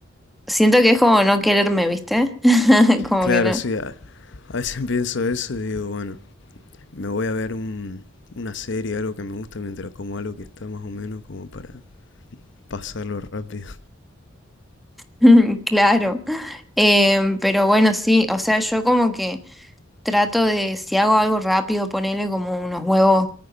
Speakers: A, in the centre; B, on the left.
A: siento que es como no quererme, ¿viste? <laughs> Como
B: Claro,
A: que no.
B: sí, a, a veces <laughs> pienso eso y digo, bueno, me voy a ver un, una serie, algo que me gusta, mientras como algo que está más o menos como para pasarlo rápido.
A: <laughs> Claro. Em, pero bueno, sí, o sea, yo como que trato de, si hago algo rápido, ponerle como unos huevos